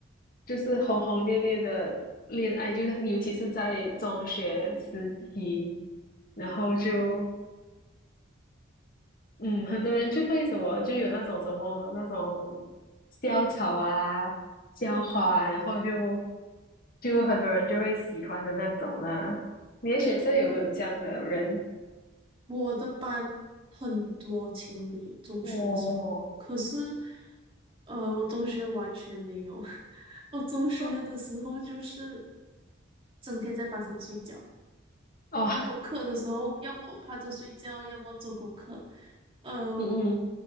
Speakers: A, on the left; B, on the right.
A: 就是轰轰烈烈的恋爱，就是尤其是在中学时期，然后就。嗯，很多人就会什么，就有那种什么那种校草啊、校花啊然后就就很多人就会喜欢的那种啦。你的学校有没有这样的人？
B: 我的班很多情侣，中学的时候，
A: 哦，
B: 可是，呃，我中学完全没有。<laughs> 我中学的时候就是
A: 哦，
B: 整天在班上睡觉，
A: 哦
B: 没有课的时候，要么我趴着睡觉，要么做功课。呃，我
A: 嗯嗯，